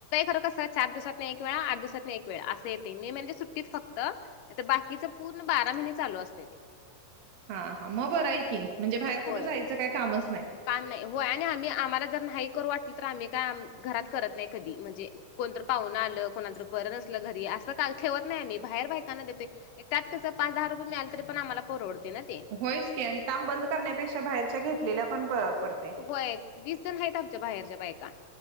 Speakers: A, on the left; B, on the right.
A: खरं कसं चार दिवसात नाही एक वेळा आठ दिवसात एक वेळा अस येतंय मेन म्हणजे सूट ट्टीत फक्त नाहीतर बाकीच पूर्ण बारा महिने चालू असते
B: हा हा मग बरं आहे की म्हणजे बाहेर
A: होय
B: कुठं जायचं काही कामच नाही
A: काम नाही होय आणि आम्ही आम्हाला जर नाही करू वाटलं तर आम्ही काय घरात करत नाही कधी म्हणजे कोणतरी पाहुन आलं, कोणाला तर बरं नसलं घरी असं काल ठेवत नाही अनी बाहेर बायकांना देतो त्यात कसं पाच दहा रुपये मिळाल तरी पण आम्हाला परवडतय ना ते
B: होयच की आणि काम बंद करण्यापेक्षा बाहेरच्या घेतलेल्या पण पडते
A: व्हय वीस जण आहेत आमच्या बाहेरच्या बायका